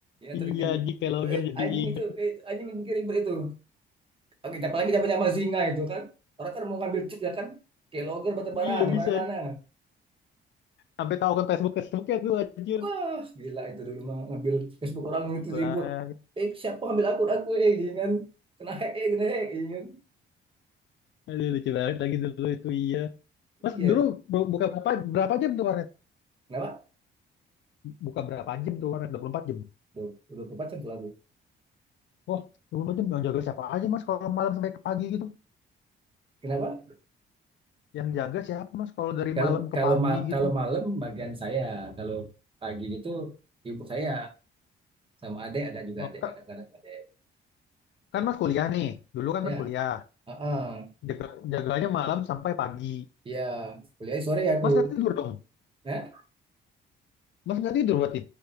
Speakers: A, on the right; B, on the left.
A: ya
B: Iya
A: tadi eh,
B: anjing kayak logger jadi
A: anjing
B: inget.
A: itu eh, anjing yang bikin ribet itu oke apalagi zaman-zaman Zinga itu kan orang kan mau ngambil chip ya kan ke logger batu-baraan
B: Iya
A: di
B: bisa.
A: mana-mana
B: Sampai tahu akun Facebook Facebooknya tuh anjir.
A: Wah, gila itu dulu mah ngambil Facebook orang itu
B: Bang.
A: ribut. Eh, siapa ngambil akun aku eh gitu kan. Kena hack eh kena hack gitu kan.
B: Aduh lucu banget lagi dulu itu iya. Mas
A: Iya.
B: dulu bu- buka berapa berapa jam tuh warnet?
A: Kenapa?
B: Buka berapa jam tuh warnet? 24 jam.
A: Duh, udah empat jam tuh aku.
B: Oh, 24 jam yang jaga siapa aja Mas kalau malam sampai ke pagi gitu?
A: Kenapa?
B: Yang jaga siapa Mas kalau dari
A: Kalau
B: malam ke
A: kalau
B: pagi
A: ma-
B: gitu?
A: kalau malam bagian saya, kalau pagi itu ibu saya sama adek ada juga
B: Oh,
A: adek
B: ka-
A: kadang-kadang adek.
B: kan Mas kuliah nih. Dulu kan
A: Ya,
B: Mas kuliah.
A: heeh.
B: Jaga, jaganya malam sampai pagi.
A: Ya, kuliah sore aku.
B: Mas nggak tidur dong?
A: Nah,
B: Mas nggak tidur berarti?